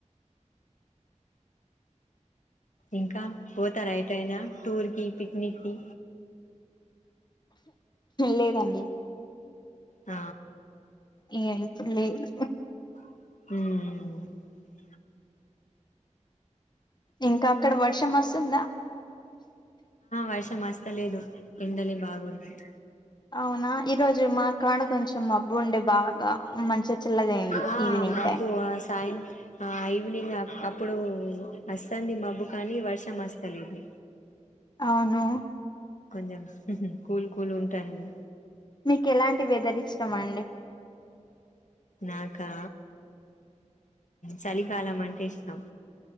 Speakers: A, on the left; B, on the left.
A: ఇంకా పోతారా ఎటైనా టూర్ కి పిక్నిక్ కి
B: లేదండి
A: ఆ
B: ఇగ యిప్పులేదు
A: ఉమ్
B: ఇంకా అక్కడ వర్షం వస్తుందా
A: వర్ష వస్తలేదు ఎండలే బాగున్నాయ్
B: అవునా ఈరోజు మా కాడ కొంచెం మబ్బు ఉండే బాగా మంచిగా చల్లగా అయింది
A: ఆ
B: ఈవినింగ్
A: మబ్బు
B: టైం
A: ఆ సాయంత్రం ఆ ఈవినింగ్ అప్పుడు వస్తుంది మబ్బు కానీ వర్షం వస్తలేదు
B: అవును
A: కొంచెం కూల్ కూల్ ఉంటా అండి
B: మీక్ ఎలాంటి వెదర్ ఇష్టమండి
A: నాకా చలికాలం అంటే ఇష్టం